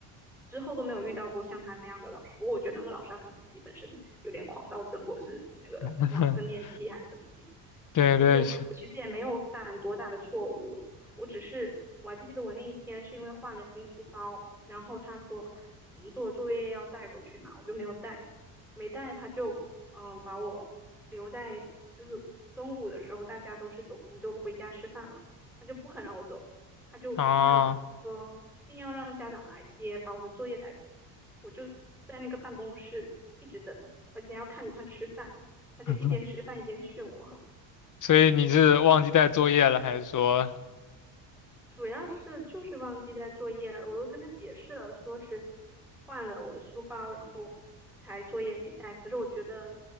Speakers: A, in the centre; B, on the left (about 40°).
A: 之后都没有遇到过像他那样的老师。不过我觉得那个老师他可能自己本身有点狂躁症，或者是那个什么更年期还是怎么的。
B: <laughs> 对对，
A: 就是我其实也没有犯多大的错误，我只是我还记得我那一天是因为换了新书包，然后他说我们做作业要带过去嘛，我就没有带。没带他就嗯把我留在，就是中午的时候大家都是走读就回家吃饭了，他就不肯让我走，他就硬要说硬要让家长来接，
B: 啊，
A: 把我的作业带过来，我就在那个办公室一直等，而且还要看着他吃饭，他就一边吃饭一边训我。
B: <laughs> 所以你是忘记带作业了，还是说，
A: 主要是就是忘记带作业了，我都跟他解释了，说是换了我的书包，然后才作业没带。可是我觉得